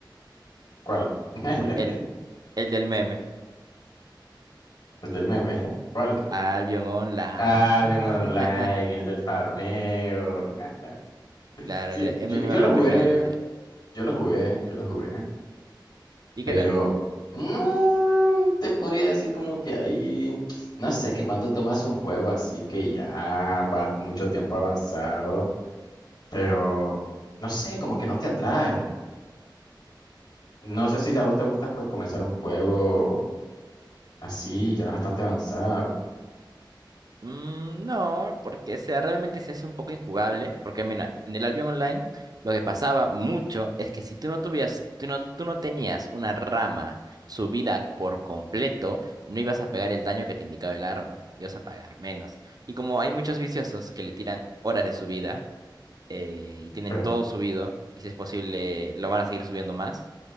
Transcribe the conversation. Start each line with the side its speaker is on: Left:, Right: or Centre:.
Left: ¿Cuál? <laughs>
Right: el, el del meme,
Left: El del meme. ¿Cuál?
Right: Albion Online.
Left: Ah, el
Right: <laughs>
Left: Online, el del farmeo. <laughs>
Right: Claro,
Left: Sí,
Right: el
Left: yo,
Right: MMORPG
Left: yo lo jugué,
Right: no lineal.
Left: yo lo jugué, yo lo jugué,
Right: ¿Y
Left: pero
Right: qué tal?
Left: mm, te podría decir como que ahí, no sé, que cuando tomas un juego así que ya va mucho tiempo avanzado, pero no sé, como que no te atrae. No sé si a vos te gusta pues comenzar un juego. Así, ya bastante avanzado.
Right: Mm, no, porque sea, realmente se hace un poco injugable, porque mira, en el Albion Online lo que pasaba mucho es que si tú no tuvías, tú no, tú no tenías una rama subida por completo, no ibas a pegar el daño que te indicaba el arma, ibas a pagar menos. Y como hay muchos viciosos que le tiran horas de subida eh, y tienen
Left: Pero
Right: todo subido, y si es posible lo van a seguir subiendo más,